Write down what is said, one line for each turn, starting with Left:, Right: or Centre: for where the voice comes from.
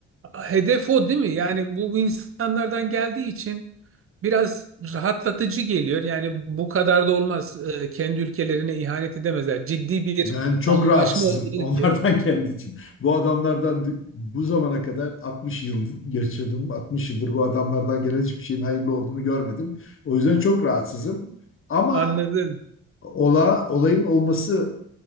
Right: hedef o değil mi? Yani bu, bu insanlardan geldiği için biraz rahatlatıcı geliyor. Yani bu kadar da olmaz. E, kendi ülkelerine ihanet edemezler. Ciddi bir
Left: Ben çok
Right: anlaşma
Left: rahatsızım
Right: olmalı
Left: <laughs> onlardan
Right: ki.
Left: kendi için. Bu adamlardan bu zamana kadar 60 yıl yaşadım. 60 yıldır bu adamlardan gelen hiçbir şeyin hayırlı olduğunu görmedim. O yüzden çok rahatsızım. Ama
Right: Anladım.
Left: ola, olayın olması